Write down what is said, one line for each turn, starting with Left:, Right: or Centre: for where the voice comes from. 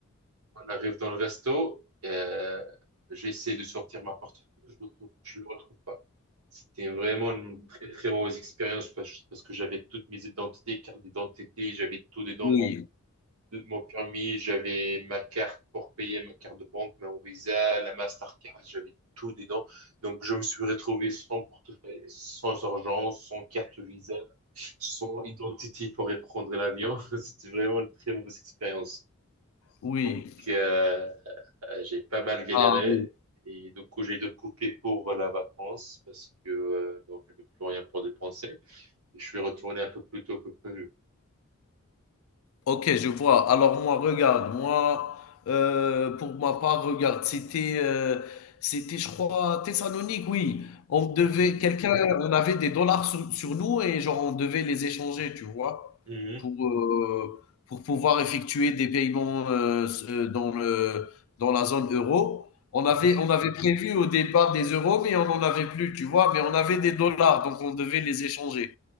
Right: on arrive dans le resto. euh, j'essaie de sortir ma portefeuille, je le trouve- je le retrouve pas. C'était vraiment une très très mauvaise expérience parce, parce que j'avais toutes mes identités, carte d'identité, j'avais tout dedans,
Left: oui,
Right: mon de mon permis, j'avais ma carte pour payer, ma carte de banque, ma Visa, la Mastercard, j'avais tout dedans. Donc, je me suis retrouvé sans portefeuille, sans argent, sans carte Visa, sans identité pour prendre l'avion. <laughs> C'était vraiment une très mauvaise expérience.
Left: oui.
Right: Donc, euh, j'ai pas mal galéré.
Left: Ah oui.
Right: Et du coup, j'ai dû couper pour la vacance parce que euh, donc, je n'avais plus rien pour dépenser. Et je suis retourné un peu plus tôt que prévu.
Left: OK, je vois. Alors moi, regarde, moi, heu, pour ma part, regarde, c'était, heu, c'était, je crois, Thessalonique, oui. On devait
Right: Mhm,
Left: quelqu'un on avait des dollars sur sur nous et genre, on devait les échanger, tu vois?
Right: mhm,
Left: Pour, heu, pour pouvoir effectuer des paiements, heu, s heu, dans le dans la zone euro. On
Right: mhm,
Left: avait on avait prévu au départ des euros, mais on n'en avait plus, tu vois? Mais on avait des dollars, donc on devait les échanger.